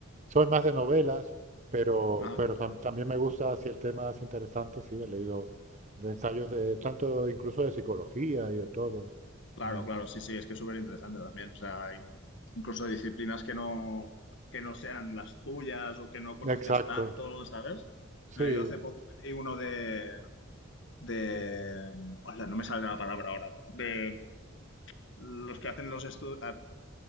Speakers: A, on the right; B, on the left.
A: Soy más de novelas, pero,
B: eh,
A: pero tam- también me gusta, si el tema es interesante, sí, he leído de ensayos de tanto, incluso de psicología y de todo.
B: Claro,
A: Me-
B: claro, sí, sí, es que es súper interesante también. O sea, in- incluso disciplinas que no, que no sean las tuyas o que no conozcas
A: exacto,
B: tanto, ¿sabes?
A: sí.
B: Mira, yo hace poco me leí uno de, de, hola, no me sale la palabra ahora, de los que hacen los estudios,